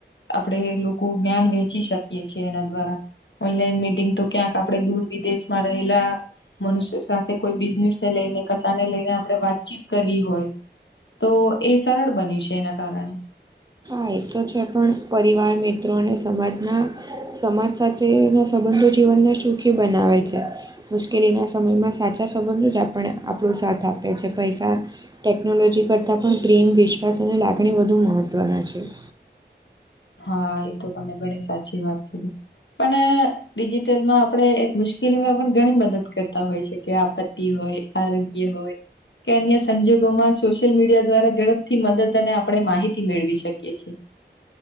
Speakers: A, on the left (about 80°); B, on the right (about 20°).
A: આપડે લોકો જ્ઞાન વહેચી શકીએ છેએ એના દ્વારા. ઓનલાઈન મીટિંગ તો ક્યાંક આપડે દૂર વિદેશમાં રહેલા. મનુષ્ય સાથે કોઈ બિઝનેસ ને લઈને કસાાને લઈને આપડણે વાતચીત કરવી હોય. તો એ સરળ બની્યું છે એના કારણે.
B: ફાય તો છે પણ પરિવાર મિત્રો અને સમાજના સમાજ સાથેના સંબંધો જીવનના. સુૂખી બનાવેય છે. મુશ્કેલીના સમયમાં સાચા સંબંધો જ આપણ આપણો સાથ આપે છે પૈસા. ટેકનોલોજી કરતાં પણ પ્રેમ વિશ્વાસ અને લાગણી વધુ મહત્ત્વના છે.
A: હા એ તો તમે ઘણી સાચી વાત. પણ ડિજિટલ માં આપડે મુશ્કેલીમાં. પણ ઘણી મદદ કરતા હોય છે કે આપત્તિ હોય આરોગ્ય હોય. કે અન્ય સંજોગોમાં સોશિયલ મીડિયા દ્વારા ઝડપથી મદદ અને આપણે માહિતી મેળવી શકીએ છીએ.